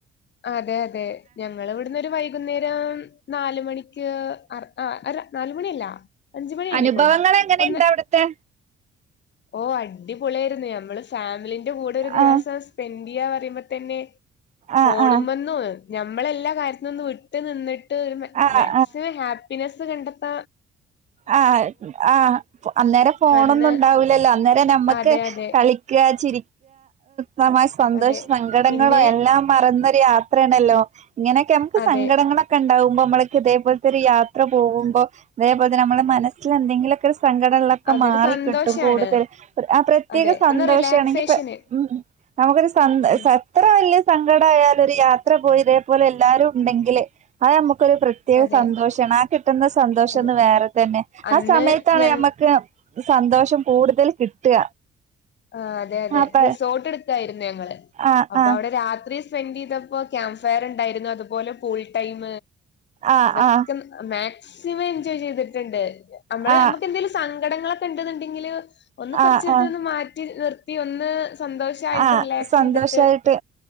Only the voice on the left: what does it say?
അതെ അതെ ഞങ്ങ ഇവിടുന്ന്രു വൈകുന്നേരം നാല മണി ആ അ നാലുമണി അല്ല അഞ്ചുമണി കഴിഞ്ഞിക്കോളൂ
ഒന്ന്
ഓ അടിപൊളിയ ആായിരുന്നു നമ്മള് ഫാമിലിന്റെ കൂടെ ഒരു ദിവസം
സ്പെൻഡ് പറയുമ്പോ തന്നെ ഫോണ
മന്നു ഞമ്മെ എല്ലാ കാര്ത്തിനും ഒന്ന്ട്ട നി്
മാക്സിമം ഹാപ്പിനെ കണ്ടെത്ത
അന്ന്
അതെ, അതെ,
അതെ.
പിന്നെ
അതെ.
അതൊരു
സന്തോഷാണ്.
അതെ.
ഒന്ന് റിലാക്സേഷന്.
ഉം.
അതെ,
അതെ.
അന്ന്
ഞങ്
ആഹ് അതെ അതെ
റിസോർട്ട് എടുകാർന്നു ഞങ്ങള്
അപ്പൊ
അവിടെ രാത്രി സ്പെൻഡ്‌ ചെയ്തപ്പോ ക്യാമ്പ്ഫയർ ഉണ്ടായിരുന്നു അ അതുപോലെ കുൾ ടൈം
അതൊക്കെ
മാക്സിമം എൻജോയ് ചെയ്തിട്ടുണ്ട് നമ്മള്
നമുക്ക് എന്തേിലും സങ്കടങ്ങളൊക്കെ <unintelligible> ൻക്കില് ഒന്ന് കുറച്ചൊക്കെ
മാ നിർത്തി ഒന്ന് സന്തോഷായിട്ട്
റിലാക്സ്
ചെയ്തിട്ട്